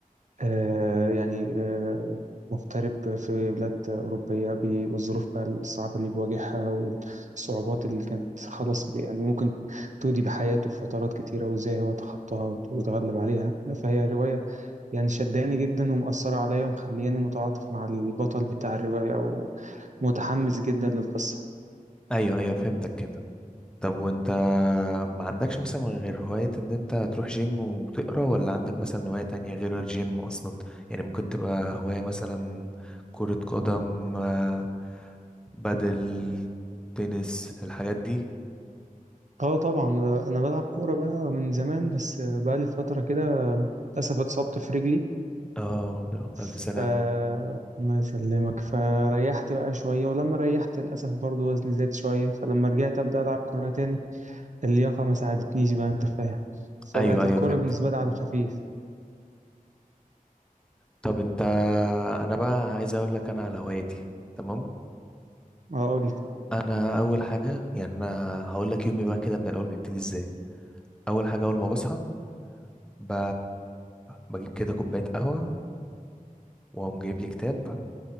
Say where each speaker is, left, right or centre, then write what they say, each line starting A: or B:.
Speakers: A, on the right (about 55°); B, in the centre.
A: آه، يعني آه، مغترب في بلاد أوروبية بي- والظروف بقى الصعبة اللي بيواجهها والصعوبات اللي كانت خلاص بي- يعني ممكن تودي بحياته في فترات كتيرة وإزاي هو تخطاها وت- وتغلب عليها فهي رواية يعني شداني جدا ومأثرة عليا ومخلياني متعاطف مع البطل بتاع الرواية ومتحمس جدا للقصة
B: ايوه ايوه فهمتك كده طب وانت ما عندكش مثلا غير هواية ان انت تروح جيم وتقرا ولا عندك مثلا هواية تانية غير الجيم اصلا يعني ممكن تبقى هواية مثلا كرة قدم آه، بدل تنس الحاجات دي
A: اه طبعا آه، انا بلعب كوره بقى من زمان بس آه، بقى لي فتره كده للاسف اتصبت في رجلي
B: اه لا،
A: ف
B: الف سلامة
A: الله يسلمك فريحت بقى شويه ولما ريحت للاسف برضو وزني زاد شويه فلما رجعت ابدا العب كوره تاني اللياقه ما ساعدتنيش بقى انت فاهم فبقت
B: ايوه ايوه
A: الكوره
B: فهمت
A: بالنسبه لي على خفيف
B: طب انت انا بقى عايز اقول لك انا على هواياتي تمام
A: اقول لك
B: انا اول حاجه يعني انا هقول لك يومي بقى كده من الاول بيبتدي ازاي اول حاجه اول ما بصحى ب... بجيب كده كوبايه قهوه وقام جايب لي كتاب